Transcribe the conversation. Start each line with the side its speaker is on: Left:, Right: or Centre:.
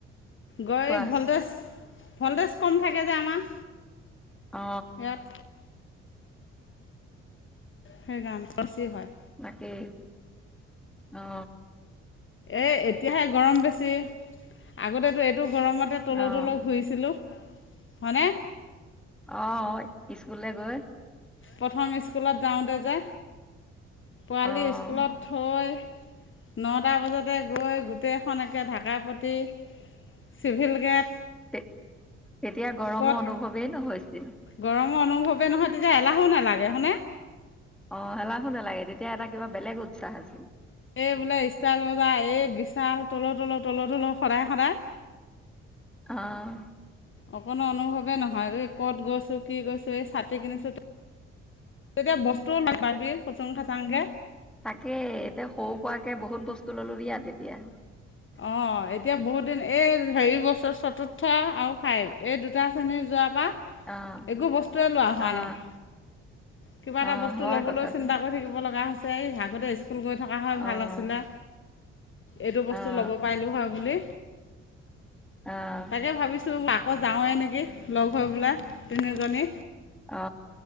Left: গৈ
Centre: কোৱা
Left: ভল্টেজ ভল্টেজ কম থাকে যে আমাৰ।
Centre: অ।
Left: ইয়াত সেই গান বেছি হয়।
Centre: বাকী অ।
Left: এই এতিয়াহে গৰম বেছি আগতেতো এইটো। গৰমতে তলও
Centre: অঁ
Left: তলও ঘুইছিলোঁ হয়নে।
Centre: অ অ, স্কুললে গৈ।
Left: প্ৰথম স্কুলত যাওঁতে যে পোৱালি
Centre: অ',
Left: স্কুলত থৈ। নটা বজাতে গৈ গোটেইখনকে ঢাকা পতি। চিভিল গেট
Centre: তে তেতিয়া গৰমৰ
Left: ক'ত
Centre: অনুভৱেই নহৈছিল।
Left: গৰমৰ অনুভৱে নহয় তেতিয়া এলাহো নালাগে হয়নে।
Centre: অ এলাহো নালাগে তেতিয়া এটা কিবা বেলেগ উৎসাহ আছিল।
Left: এই বোলে ষ্টাৰ বা এই। যাওঁ তল তল তল তল সদায় সদায়।
Centre: অহ।
Left: অকো অনুভৱে নহয় ক'ত গৈছো কি গৈছো এই চাতি কিনিছো। তেতিয়া বস্তুও নাখাওঁ সুচুং খাচাংকে।
Centre: তাকে এতিয়া সৰু কোৱাকে বহুত বস্তু ললোঁ দিয়া তেতিয়া।
Left: অ এতিয়া বহুত দিন এই হেৰি বছৰ। ওঠৰ আৰু ফাইভ এই দুটা শ্ৰেণীত যোৱাৰ পৰা।
Centre: অ',
Left: একো বস্তুৱে লোৱা হোৱা
Centre: অ',
Left: নাই। কিবা এটা
Centre: অ',
Left: বস্তু
Centre: হয়
Left: ল'বলৈও
Centre: কথাটো।
Left: চিন্তা কৰি থাকিব লগা হৈছে। এই আগতে স্কুল গৈ থকা হয় ভাল
Centre: অ',
Left: আছিলে। এইটো বস্তু
Centre: অ',
Left: ল'ব পাৰিলোঁ হয় বুলি।
Centre: অ',
Left: তাকে ভাবিছো ম আকৌ যাওঁৱেই নেকি লগ হৈ পেলাই তিনিজনী।
Centre: অ